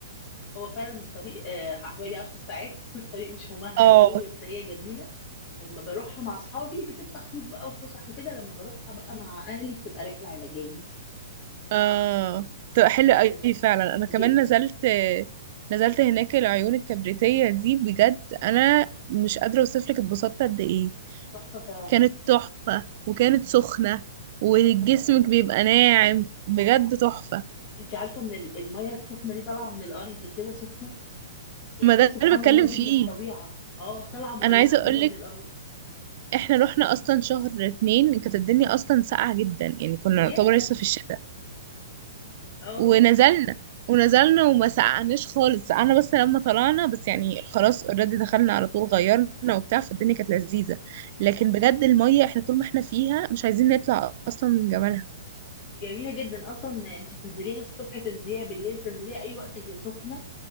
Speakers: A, on the left; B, on the right.
A: هو فعلا الطريق آه، حوالي 10 ساعات <laughs> والطريق مش ممهد
B: اه
A: قوي بس هي جميله واما بروحها مع اصحابي بتبقى خروج بقى وفسح وكده لما بروحها بقى مع اهلي بتبقى رحله علاجيه
B: اه بتبقى حلوة
A: فبتبقى
B: قوي فعلا
A: جدا
B: انا كمان نزلت نزلت هناك العيون الكبريتية دي بجد انا مش قادرة اوصفلك اتبسطت قد ايه
A: تحفه فعلا
B: كانت تحفة وكانت سخنة وجسمك
A: سخنه قوي
B: بيبقى ناعم بجد تحفة
A: انت عارفه ان ال- الميه السخنه دي طالعه من الارض كده سخنه يعني
B: ما ده
A: هي سبحان
B: اللي بتكلم
A: الله دي
B: فيه
A: من الطبيعة اه طالعة مولعة
B: انا عايزة اقولك
A: كده من الأرض
B: احنا رحنا اصلا شهر اتنين كانت الدنيا اصلا ساقعة جدا يعني كنا
A: ياه
B: نعتبر لسه في الشتاء
A: اه
B: ونزلنا ونزلنا وما سقعناش خالص سقعنا بس لما طلعنا بس يعني خلاص اوريدي دخلنا على طول غيرنا وبتاع فالدنيا كانت لذيذة لكن بجد المية احنا طول ما احنا فيها مش عايزين نطلع اصلا من جمالها
A: جميلة جدا أصلا أنت تنزليها الصبح تنزليها بالليل تنزليها أي وقت هي سخنة